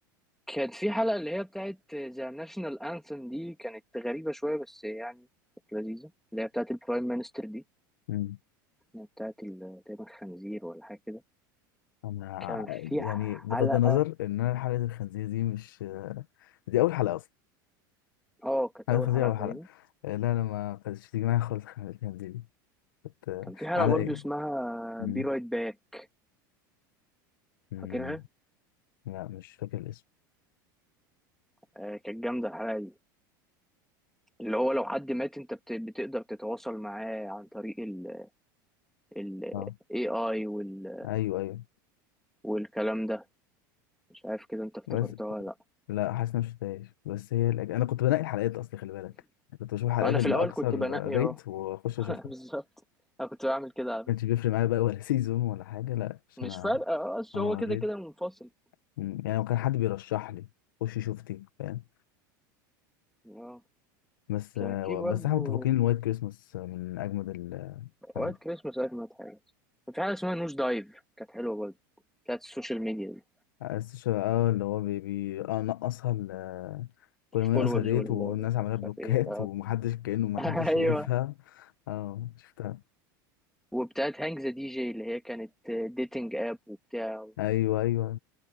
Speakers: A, in the centre; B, on the left.
A: كانت في حلقة اللي هي بتاعت ذا ناشونال انثم دي كانت غريبة شوية بس يعني كانت لذيذة اللي هي بتاعت البرايم مينستر دي
B: مم.
A: اللي هي بتاعت ال- تقريبا خنزير ولا حاجة كده
B: انا
A: كان في
B: يعني بغض
A: حلقة
B: النظر ان انا حلقه الخنزير دي مش دي اول حلقه اصلا
A: اه كانت
B: حلقه
A: أول
B: الخنزير
A: حلقة
B: اول
A: تقريبا
B: حلقه آه، لا انا ما كانتش تيجي معايا خالص حلقه الخنزير دي كنت آه،
A: كان في حلقة
B: على
A: برضو
B: ايه
A: اسمها
B: مم.
A: بي رايت باك
B: مم.
A: فاكرها؟
B: لا مش فاكر الاسم
A: آه كانت جامدة الحلقة دي اللي هو لو حد مات انت بت- بتقدر تتواصل معاه عن طريق ال ال
B: اه
A: AI وال
B: ايوه ايوه
A: والكلام ده مش عارف كده انت افتكرتها
B: بس
A: ولا
B: لا حاسس إن أنا مش شفتهاش بس هي الأج... انا كنت بنقي الحلقات اصلي خلي بالك يعني كنت بشوف الحلقات
A: لا انا
B: اللي
A: في الاول
B: اكثر
A: كنت بنقي
B: ريت
A: اهو
B: واخش
A: <laughs>
B: اشوفها
A: بالظبط
B: ما
A: انا كنت بعمل كده على فكرة
B: كانش بيفرق معايا بقى ولا <laughs> سيزون ولا حاجه لا عشان
A: مش
B: انا
A: فارقة اه اصل
B: اه
A: هو كده
B: ريت
A: كده منفصل
B: مم. يعني لو كان حد بيرشح لي خشي شوفتي فاهم
A: اه
B: بس
A: كان
B: آه،
A: في برضو
B: بس احنا متفقين ان وايت كريسماس من اجمد ال- الحلقات
A: اوقات كريسماس اوقات مات حاجة كان في حاجة اسمها نوش دايف كانت حلوة برضو بتاعت السوشيال ميديا دي
B: بس شو- اه اللي هو بي بي اه نقصها ال- كل
A: الفولورز
B: ما ينقص الريت
A: وال
B: والناس عملها
A: مش
B: بلوكات
A: عارف ايه اه
B: <laughs> ومحدش كأنه محدش
A: <laughs> ايوه
B: شايفها اه شفتها
A: وبتاعت هانج ذا دي جي اللي هي كانت ديتنج اب وبتاع
B: ايوه ايوه